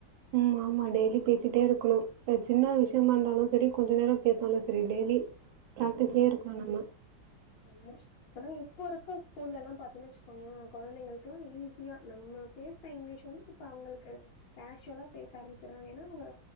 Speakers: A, on the right; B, on the left.
A: மாமா டெய்லி பேசிட்டே இருக்குணு அத் சின்ன விஷ்யமாந்தாலு
B: ம்.
A: செரி கொஞ்ச நேரோ பேச்னாலு செரி டெய்லி பிராக்டிஸ்லயே
B: ம்
A: இருக்கணும் நம்ம.
B: ஆமா ஆனா இப்ப இருக்க ஸ்கூல்லெலாம் பாத்தீன் வெச்கோயே கொழந்தைங்கள்க்லா ஈஸியா நம்ம பேசற இங்கிலீஷ் வந்து இப்ப அவுங்களுக்கு கேஷுவலா பேச ஆரம்பிச்சர்றாங்க எனா வுங்க